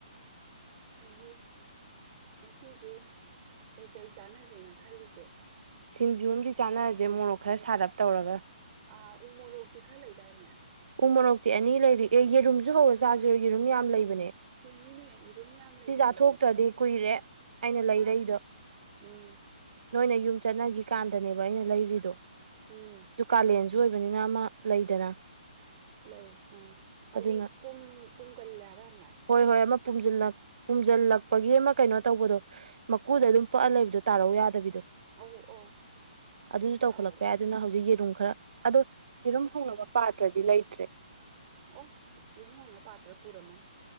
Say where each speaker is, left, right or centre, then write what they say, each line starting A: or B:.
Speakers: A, on the right; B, on the right.
A: ꯍꯥꯏꯗꯤ ꯉꯁꯤꯁꯦ ꯀꯩꯀꯩ ꯆꯥꯟꯅꯁꯦꯅ ꯈꯜꯂꯤꯒꯦ
B: ꯁꯤꯡꯖꯨ ꯑꯝꯗꯤ ꯆꯥꯅꯔꯖꯦ ꯃꯣꯔꯣꯛ ꯈ꯭ꯔ ꯁꯥꯔꯞ ꯇꯧꯔꯒ
A: ꯑꯥ ꯎ ꯃꯣꯔꯣꯛꯇꯤ ꯈꯔ ꯂꯩꯗꯥꯏꯅꯦ
B: ꯎ ꯃꯣꯔꯣꯛꯇꯤ ꯑꯅꯤ ꯂꯩꯔꯤꯒꯩ ꯌꯦꯔꯨꯝꯁꯨ ꯍꯧꯔ ꯆꯥꯖꯤꯔ‌ꯣ ꯌ‌ꯦꯔꯨꯝ ꯌꯥꯝ ꯂꯩꯕꯅꯦ
A: ꯑꯣ ꯆꯨꯝꯃꯤꯅꯦ ꯏꯔꯨꯝ ꯌꯥꯝ ꯂꯩꯕꯅꯤꯅꯦ
B: ꯁꯤ ꯆꯥꯊꯣꯛꯇ꯭ꯔꯗꯤ ꯀꯨꯏꯔꯦ ꯑꯩꯅ ꯂꯩꯔꯛꯏꯗꯣ
A: ꯃꯥꯅꯤ ꯎꯝ
B: ꯅꯣꯏꯅ ꯌꯨꯝ ꯆꯠꯅꯒꯤ ꯀꯥꯟꯗꯅꯦꯕ ꯑꯩꯅ ꯂꯩꯔꯤꯗꯣ
A: ꯎꯝ
B: ꯑꯗꯨ ꯀꯥꯂꯦꯟꯁꯨ ꯑꯣꯏꯕꯅꯤꯅ ꯑꯃ ꯂꯩꯗꯅ
A: ꯂꯩ ꯑ ꯍꯥꯏꯗꯤ
B: ꯑꯗꯨꯅ
A: ꯄꯨꯝ ꯄꯨꯝꯒꯜꯂꯦꯕ ꯌꯥꯝꯅ
B: ꯍꯣꯏ ꯍꯣꯏ ꯑꯃ ꯄꯨꯝꯖꯜꯂꯛ ꯄꯨꯖꯜꯂꯛꯄꯒꯤ ꯑꯃ ꯀꯩꯅꯣ ꯇꯧꯕꯗꯣ ꯃꯀꯨꯗ
A: ꯎꯝ
B: ꯑꯗꯨꯝ ꯄꯛꯑ ꯂꯩꯕꯗꯣ ꯇꯥꯔꯛꯎ ꯌꯥꯗꯕꯤꯗꯣ
A: ꯑꯧ ꯑꯧ
B: ꯑꯗꯨꯁꯨ ꯇꯧꯈꯠꯂꯛꯄ
A: ꯇꯧꯋꯦ
B: ꯌꯥꯏ ꯑꯗꯨꯅ ꯍꯧꯖꯤꯛ ꯌꯦꯔꯨꯝ ꯈ꯭ꯔ ꯑꯗꯣ ꯌꯦꯔꯨꯝ ꯍꯧꯅꯕ ꯄꯥꯇ꯭ꯔꯗꯤ ꯂꯩꯇ꯭ꯔꯦ
A: ꯑꯣ ꯌꯦꯔꯨꯝ ꯍꯧꯅ ꯄꯥꯠꯇ꯭ꯔ ꯄꯨꯔꯝꯃꯅꯤ